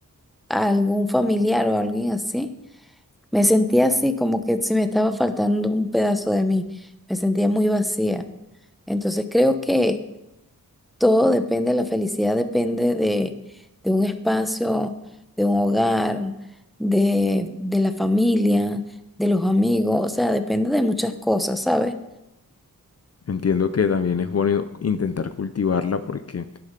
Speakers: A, in the centre; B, on the left.
A: a algún familiar o alguien así. Me sentía así, como que si me estaba faltando un pedazo de mí. Me sentía muy vacía. Entonces creo que todo depende, la felicidad depende de, de un espacio, de un hogar, de, de la familia, de los amigos. O sea, depende de muchas cosas, ¿sabes?
B: Entiendo que también es bueno intentar cultivarla porque